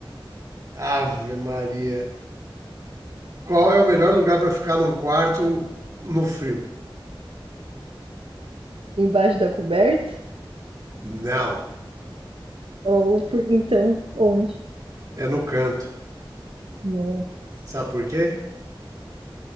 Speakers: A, on the right; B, on the right.
A: Ave Maria. Qual é o melhor lugar pra ficar num quarto no frio?
B: Embaixo da coberta?
A: Não,
B: Ou por, então, onde?
A: é no canto.
B: Nossa.
A: Sabe por quê?